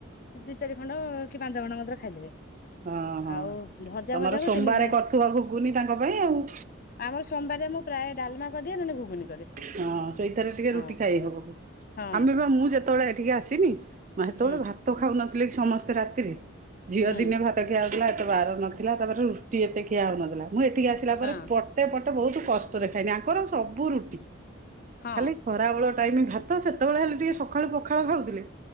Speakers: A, on the left (about 45°); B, on the right (about 40°).
A: ଦି ଚାରି ଖଣ୍ଡ ପାଞ୍ଚ ଘଣ୍ା ମାତରେ ଖାଇଦେବେ।
B: ହଁ ହଁ
A: ଆଉ ଭଜା
B: ତମର
A: ଭଜାକୁ
B: ସୋମବାରେ
A: ତିନି ଖଣ୍ଡ
B: କରୁଥିବା ଘୁଗୁନି ତାଙ୍କ ପାଇଁ ଆଉ?
A: ଆମର ସୋମବାରେ ମୁଁ ପ୍ରାୟ ଡାଲମା କରିଦିଏ ନହେଲେ ଘୁଗୁନି କରେ
B: ହଁ ସେଇଥିରେ ଟିକେ
A: ହଁ
B: ରୁଟି ଖାଇ ହବ
A: ହଁ
B: ଆମେ ବା ମୁଁ ଯେତେବେଳେ ଏଠିକ ଆସିନି ମା ସେତେବେଳେ
A: ହୁଁ
B: ଭାତ ଖାଉନଥିଲେ କି ସମସ୍ତେ ରାତିରେ ଝିଅ
A: ହୁଁ
B: ଦିନେ ଭାତ ଖିଆହଉଥିଲା ତେ ବାର ନଥିଲା ତାପରେ ରୁଟି ଏତେ ଖିଆ ହଉନଥିଲା ମୁଁ ଏଠିକି ଆସିଲା
A: ହଁ
B: ପରେ ପଟେ ପଟେ ବହୁତ କଷ୍ଟ କରେ ଖାଇନି ତାଙ୍କର ସବୁ ରୁଟି
A: ହଁ
B: ଖାଲି ଖରାବେେଳ ଟାଇମ ଭାତ ସେତେବେଳେ ହେଲେ ଟିକେ ସକାଳୁ ପଖାଳୁ ଖାଉଥିଲେ